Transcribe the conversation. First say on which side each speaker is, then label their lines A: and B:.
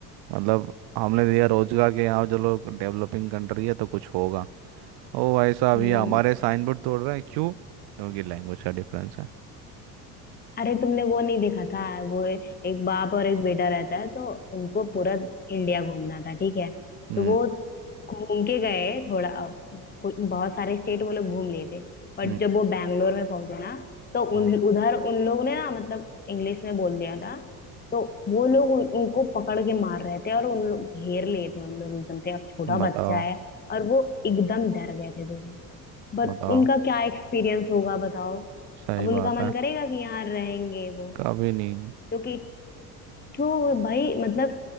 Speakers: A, on the right (about 60°); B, on the left (about 20°).
A: मतलब हमने दिया रोजगार के यहाँ जो लोग डेवलपिंग कंट्री है तो कुछ होगा ओ भाई साहब
B: हम्म
A: ये हमारे साइन बोर्ड तोड़ रहे हैं क्यों क्योंकि लैंग्वेज का डिफरेंस है
B: अरे तुमने वो नहीं देखा था वो एक बाप और एक बेटा रहता है तो उनको पूरा इंडिया घूमना था ठीक है
A: हम्म
B: तो वो घूम के गए थोड़ा कुछ- बहुत सारे स्टेट वो लोग घूम लिए थे पर
A: हम्म
B: जब वो बैंगलोर में पहुंचे ना तो
A: हम्म
B: उन उधर उन लोग ने ना मतलब इंग्लिश में बोल दिया था तो वो लोग उन, उनको पकड़ के मार रहे थे और उन लोग घेर लिए थे उन लोग एकदम से अब छोटा
A: बताओ
B: बच्चा है और वो एकदम डर गए थे दोनों बट
A: बताओ
B: उनका क्या एक्सपीरियंस होगा बताओ
A: सही
B: अब उनका
A: बात
B: मन
A: है
B: करेगा कि यहाँ रहेंगे वो
A: कभी नहीं
B: क्योंकि तो भाई मतलब